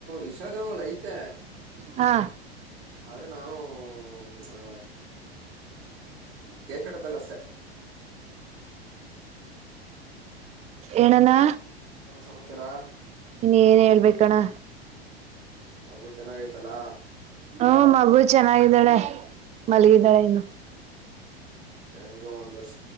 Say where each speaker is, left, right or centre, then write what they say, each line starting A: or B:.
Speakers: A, on the right; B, on the right.
A: ಇಸ್ಟಾಗ್ರಾಮ್ ಅಲ್ಲಿ ಐತೆ.
B: ಹಾ
A: ಆದ್ರೆ ನಾನು ಹ ಕೇಕ್ಟ್ದಲ್ಲ ಅಷ್ಟೆ.
B: ಏಣನಾ
A: ನಮ್ಮ ಸಮತಾರಾ
B: ಇನ್ನು ಏನ್ ಹೇಳ್ಬೇಕಣ್ಣ.
A: ಬಗು ಚೆನ್ನಾಗೈತಲ್ಲಾ?
B: ಹ್ಮ ಮಗು ಚೆನ್ನಾಗಿದ್ದಾಳೆ ಮಲಗಿದ್ದಾಳೆ ಇನ್ನು.
A: ಹ ಗೋಂದಸ್